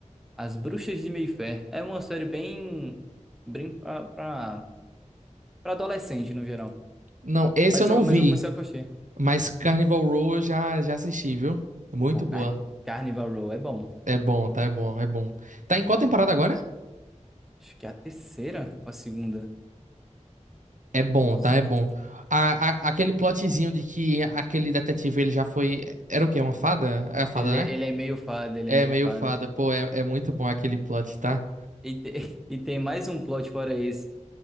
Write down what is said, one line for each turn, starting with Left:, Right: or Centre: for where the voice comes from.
Centre: As Bruxas de Mayfair. É uma série bem. bem pra, pra, pra adolescente, no geral.
Right: Não, esse
Centre: Mas
Right: eu não
Centre: eu, mas
Right: vi,
Centre: eu comecei a curtir.
Right: mas Carnival Row eu já, já assisti, viu? Muito
Centre: E, pô,
Right: boa.
Centre: Car- Carnival Row é bom.
Right: É bom, tá? É bom, é bom. Tá em qual temporada agora?
Centre: Acho que é a terceira ou a segunda.
Right: É bom,
Centre: Não
Right: tá?
Centre: sei.
Right: É bom. A, a- aquele plotzinho de que aquele detetive ele já foi. Era o quê? Uma fada? É a fada,
Centre: Ele,
Right: né?
Centre: é- ele é meio fado, ele
Right: É
Centre: é meio
Right: meio
Centre: fado.
Right: fada, pô, é, é muito bom aquele plot, tá?
Centre: E, te- <laughs> e tem mais um plot fora esse,